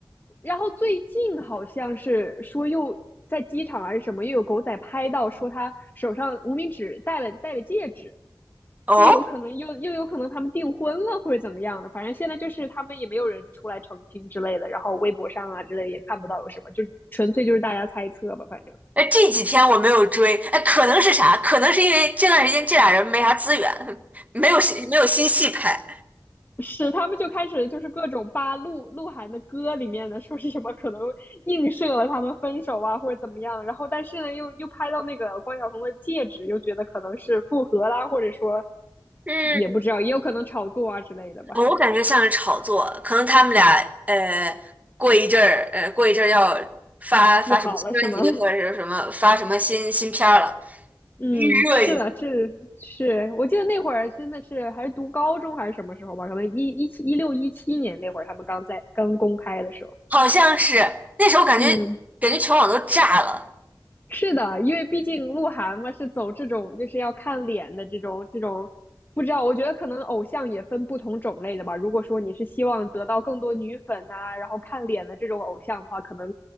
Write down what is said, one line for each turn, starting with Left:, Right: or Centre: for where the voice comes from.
Left: 然后最近好像是说又在机场还是什么，又有狗仔拍到说他手上无名指戴了戴了戒指，
Right: 哦，
Left: 又有可能又又有可能他们订婚了或者怎么样的，反正现在就是他们也没有人出来澄清之类的，然后微博上啊之类也看不到有什么，就纯粹就是大家猜测吧，反正。
Right: 哎，这几天我没有追，哎，可能是啥？可能是因为这段时间这俩人没啥资源，没有戏没有新戏拍。
Left: 是，他们就开始就是各种扒鹿鹿晗的歌里面的，说是什么可能映射了他们分手啊，或者怎么样。然后，但是呢，又又拍到那个关晓彤的戒指，又觉得可能是复合啦，或者说
Right: 嗯，
Left: 也不知道，也有可能炒作啊之类的吧。
Right: 我感觉像是炒作，可能他们俩呃过一阵儿呃过一阵儿要发发什么新专辑或者是什么发什么新新片儿了，
Left: 又好了是吗？<laughs> 嗯，
Right: 预热一下。
Left: 是的，这是我记得那会儿真的是还是读高中还是什么时候吧，可能一一七一六一七年那会儿他们刚在刚公开的时候。
Right: 好像是那时候感觉
Left: 嗯，
Right: 感觉全网都炸了。
Left: 是的，因为毕竟鹿晗嘛是走这种就是要看脸的这种这种，不知道，我觉得可能偶像也分不同种类的吧。如果说你是希望得到更多女粉呐、然后看脸的这种偶像的话，可能